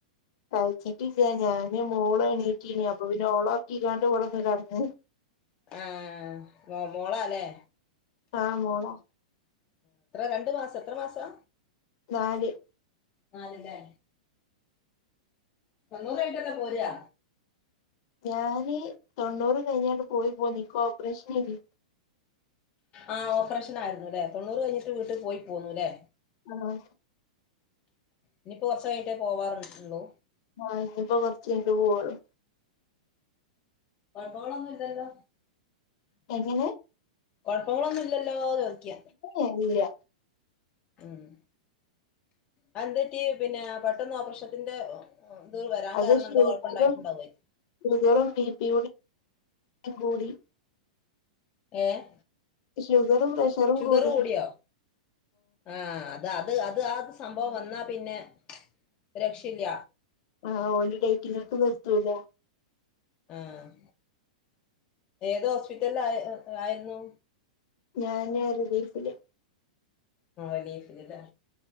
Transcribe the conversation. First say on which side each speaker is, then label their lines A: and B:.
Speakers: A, on the left; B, on the left.
A: കഴിച്ചിട്ടില്ല ഞാന് മോള് എണീറ്റിനി അപ്പൊ പിന്നെ ഓളെ ഒർക്കിങ്ങാണ്ട് ഇവടെ വന്ന് കെടന്ന്
B: ആഹ് മോളാല്ലേ
A: ആ മോളാ
B: എത്ര രണ്ടു മാസം എത്ര മാസാ
A: നാല്
B: നാല് ലേ തൊണ്ണൂറ് കഴിഞ്ഞിട്ടല്ലേ പോര്യാ
A: ഞാന് തൊണ്ണൂറ് കഴിഞ്ഞാട്ട് പോയി പോന്ന് ഇന്ക് ഓപ്പറേഷൻയെനി
B: ആഹ് ഓപ്പറേഷൻ ആയിരുന്നുല്ലേ തൊണ്ണൂറ് കഴിഞ്ഞിട്ട് വീട്ടിൽ പോയി പോന്നുല്ലേ
A: ആഹ്
B: ഇനിയിപ്പോ കുറച്ചു കഴിഞ്ഞിട്ടേ പോവാറുള്ളൂ
A: ആഹ് ഇഞ്പ്പോ കൊർച്ച് കഴിഞ്ഞിട്ട് പോവൊള്ളു
B: കോഴപ്പങ്ങളൊന്നും ഇല്ലല്ലോ
A: എങ്ങനെ
B: കൊഴപ്പങ്ങളൊന്നും ഇല്ലല്ലോ ചോദിക
A: ഏഹ് ഇല്ല
B: ഉം അഹ് എന്തുപറ്റി പിന്നെ പെട്ടെന്ന് ഓപ്പറേഷത്തിന്റെ ഇത് വരാൻ
A: അത്
B: കാരണം
A: ഷുഗറും
B: എന്തോ കൊയപ്പം ഇണ്ടായിട്ടുണ്ടാവെ
A: ഷുഗറും, ബിപിയും ടിം കൂടി
B: ഏഹ്
A: ഷുഗറും പ്രഷറും
B: ഷുഗറ്
A: കൂടി
B: കൂടിയോ ആഹ് അത് അത് അത് ആഹ് സംഭവം വന്നാ പിന്നെ രക്ഷല്ല
A: ആഹ് ഓല് ഡേറ്റിങ്ങക്ക് നിർത്തൂല
B: ആഹ് ഏത് ഹോസ്പിറ്റലിൽ ആഹ് ആയിരുന്നു
A: ഞാന് റിലീഫില്
B: ആഹ് ലീഫില് ല്ലേ